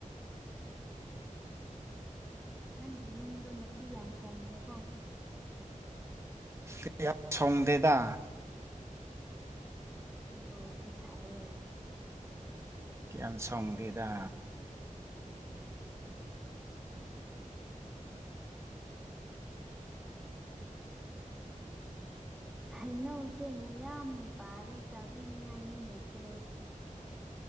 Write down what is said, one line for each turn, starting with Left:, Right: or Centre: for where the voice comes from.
Centre: ꯅꯪꯒꯤ ꯌꯨꯝꯗꯣ ꯅꯨꯄꯤ ꯌꯥꯝ ꯁꯣꯡꯈ꯭ꯔꯕꯣ
Right: ꯀꯌꯥꯝ ꯁꯣꯡꯗꯦꯗ
Centre: ꯑꯗꯨ ꯑꯣꯏꯔꯗꯤ ꯐꯔꯦ
Right: ꯀꯌꯥꯝ ꯁꯣꯡꯗꯦꯗ
Centre: ꯍꯩꯅꯧꯁꯦ ꯃꯌꯥꯝ ꯄꯥꯜꯂꯦ ꯆꯥꯕꯤꯅꯤꯉꯥꯏ ꯃꯤ ꯂꯩꯇꯦ